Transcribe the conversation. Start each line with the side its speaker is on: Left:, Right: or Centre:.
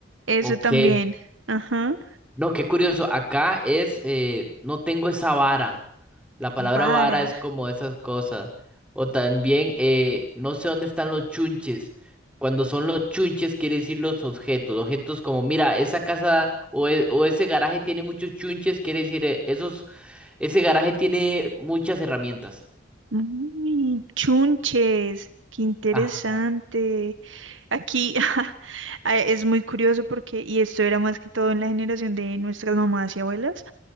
Right: eso
Centre: Ok.
Right: también. Ajá.
Centre: No, qué curioso. Acá es, eh, no tengo esa vara. La palabra
Right: Vara.
Centre: vara es como esas cosas. O también, eh, no sé dónde están los chunches. Cuando son los chunches, quiere decir los objetos. Objetos como, mira, esa casa o, e- o ese garaje tiene muchos chunches, quiere decir, eh, esos, ese garaje tiene muchas herramientas.
Right: Uy, chunches, qué interesante.
Centre: Ah,
Right: Aquí <laughs> ah, es muy curioso porque, y esto era más que todo en la generación de nuestras mamás y abuelas,